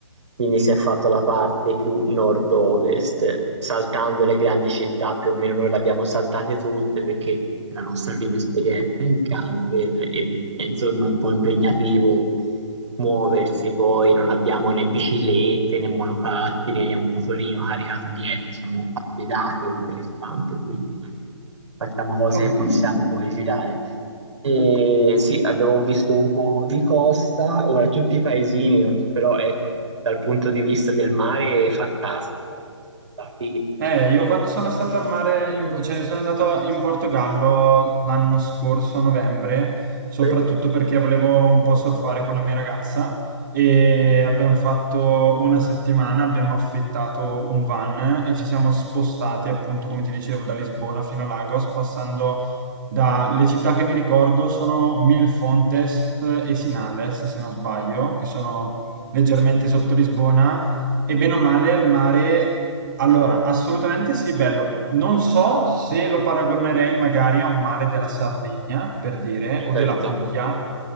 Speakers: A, on the right; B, on the right.
A: quindi si è fatto la parte più nord-ovest, saltando le grandi città, più o meno noi le abbiamo saltate tutte perché è la nostra prima esperienza in camper e, e insomma è un po' impegnativo muoversi, poi non abbiamo né biciclette né monopattini né un motorino caricato dietro, siamo appiedati oltre il camper, quindi facciamo cose
B: Ho
A: che
B: capito.
A: possiamo poi girare. E sì, abbiamo visto un po' di costa, ora tutti i paesini, però ecco, dal punto di vista del mare è fantastico. ecco, siamo stati-
B: Eh, io quando sono stato al mare, in- cioè io sono andato in Portogallo l'anno scorso, a novembre, soprattutto
A: Sì,
B: perché volevo un po' surfare con la mia ragazza e abbiamo fatto una settimana, abbiamo affittato un van e ci siamo spostati appunto, come ti dicevo, da Lisbona fino a Lagos, passando dalle città che mi ricordo sono Milfontes e Sinales, se non sbaglio, che sono leggermente sotto Lisbona. E bene o male il mare allora, assolutamente sì, bello. Non so se lo paragonerei magari a un mare della Sardegna, per dire, o
A: certo,
B: della Puglia,